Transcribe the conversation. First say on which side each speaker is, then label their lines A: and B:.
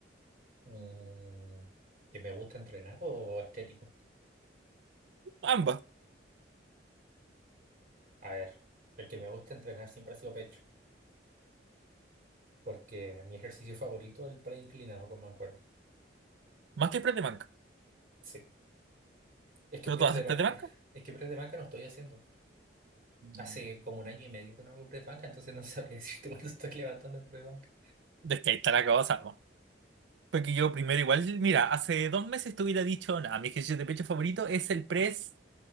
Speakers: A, on the right; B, on the right.
A: Mm, ¿que me gusta entrenar o estético?
B: Ambas,
A: A ver, el que me gusta entrenar siempre ha sido pecho, porque mi ejercicio <laughs> favorito es el pre inclinado con mancuerna.
B: más que Spray de banca.
A: Sí. Es que
B: ¿Pero
A: press
B: tú haces
A: de, ba-
B: Spray de
A: eh,
B: banca?
A: es que press de banca no estoy haciendo.
B: Mm.
A: Hace como un año y medio que no hago press banca, entonces no sabría <laughs> decirte cuánto estoy levantando en press banca.
B: Es que ahí está la cosa, ¿no? Porque yo primero igual, mira, hace dos meses te hubiera dicho, nada, mi ejercicio de pecho favorito es el press